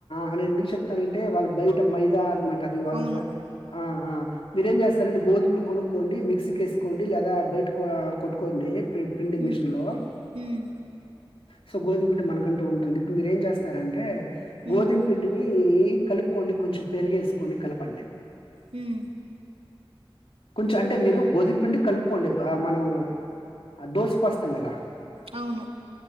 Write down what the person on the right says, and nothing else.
అవును
ఉమ్,
ఉమ్,
ఉమ్,
హమ్
అవును